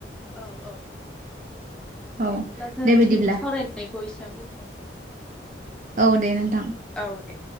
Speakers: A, in the centre; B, on the right (about 45°).
A: औ औ
B: औ
A: बिदिब्ला जोङो
B: दे बिदिब्ला
A: दिनैनि सावरायनायखौ एसेबां दोनथ'नोसै
B: औ दे नोंथां।
A: औ दे।